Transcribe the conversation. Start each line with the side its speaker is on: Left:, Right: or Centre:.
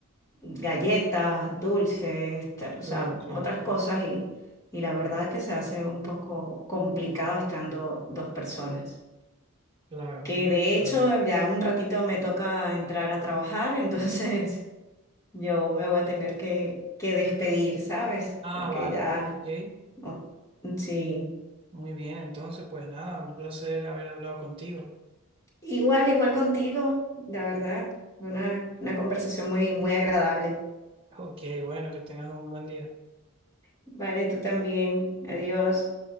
Left: galletas, dulces, tal, o sea,
Right: claro, claro,
Left: otras
Right: claro,
Left: cosas y, y la verdad que se hace un poco complicado estando dos personas.
Right: claro,
Left: Que
Right: no.
Left: de hecho
Right: no, no.
Left: ya en un ratito me toca entrar a trabajar, entonces <laughs> yo me voy a tener que, que despedir, ¿sabes?
Right: Ah,
Left: Porque
Right: vale,
Left: ya...
Right: ok.
Left: no- Sí,
Right: Muy bien, entonces, pues nada, un placer haber hablado contigo.
Left: Igual, igual contigo, la verdad. Una, una conversación muy, muy agradable.
Right: Ok, bueno, que tengas un buen día.
Left: Vale, tú también. Adiós.